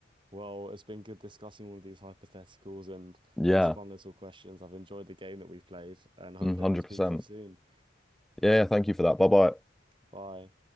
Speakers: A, on the right (about 25°); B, in the centre.
A: Well, it's been good discussing all of these hypotheticals and
B: yeah,
A: these fun little questions. I've enjoyed the game that we've played, and hopefully
B: mm, 100%.
A: I can speak to you soon.
B: Yeah, yeah, thank you for that. Bye bye.
A: Bye.